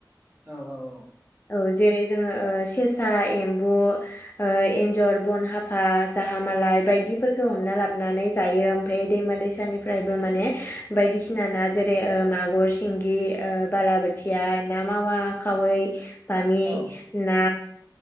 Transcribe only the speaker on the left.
औ जेरै जोङो ओ सेसा एम्बु ओ एन्जर बनहाफा जाहा मालाय बायदिफोरखौ हमना लाबोनानै जायो ओमफाय दैमा दैसानिफ्रायबो माने बायदिसिना ना जेरै मागुर सिंगि ओ बालाबोथिया ना मावा खावै बामि
ना